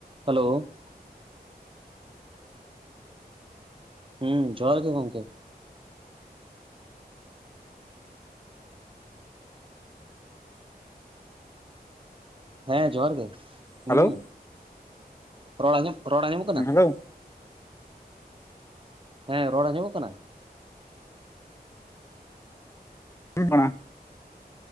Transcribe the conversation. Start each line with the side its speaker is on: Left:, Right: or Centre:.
Right: Hello ᱦᱩᱸ ᱡᱚᱦᱟᱨ ᱜᱮ ᱜᱚᱝᱠᱮ᱾ ᱦᱮᱸ ᱡᱚᱦᱟᱨ ᱜᱮ, ᱦᱩᱸ
Left: ᱦᱟᱞᱳ
Right: ᱨᱚᱲ ᱟᱸᱡᱚᱢ ᱨᱚᱲ ᱟᱡᱟᱢᱚᱜ ᱠᱟᱱᱟ
Left: ᱦᱮᱞᱳ
Right: ᱦᱮᱸ ᱨᱚᱲ ᱟᱸᱡᱚᱢᱚᱜ ᱠᱟᱱᱟ?
Left: <unintelligible> ᱠᱟᱱᱟ